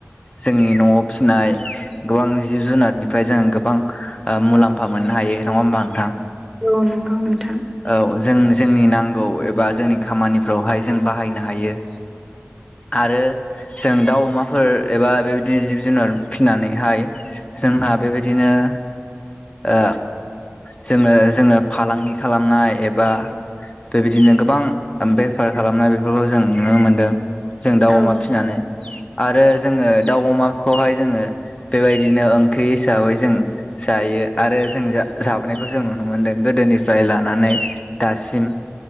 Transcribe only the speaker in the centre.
औ नंगौ नोंथां।
औ